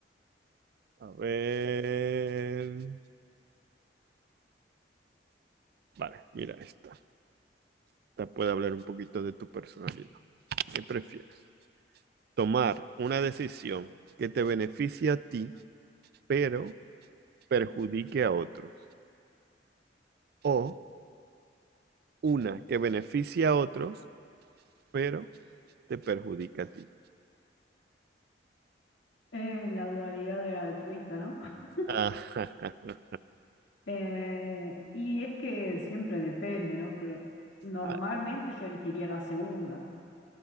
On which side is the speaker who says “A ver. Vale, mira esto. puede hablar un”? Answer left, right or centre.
Right